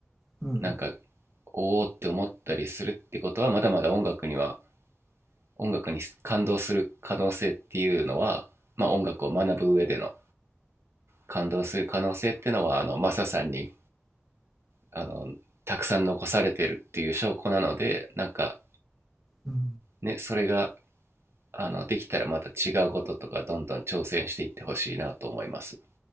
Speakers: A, in the centre; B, on the right.
A: うん。
B: なんかおおって思ったりするってことはまだまだ音楽には音楽に感動する可能性っていうのは、まあ、音楽を学ぶ上での感動する可能性っていうのはあのマサさんにあのたくさん残されてるっていう証拠なのでなんか
A: うん。
B: ねそれがあのできたらまた違うこととかどんどん挑戦していってほしいなと思います。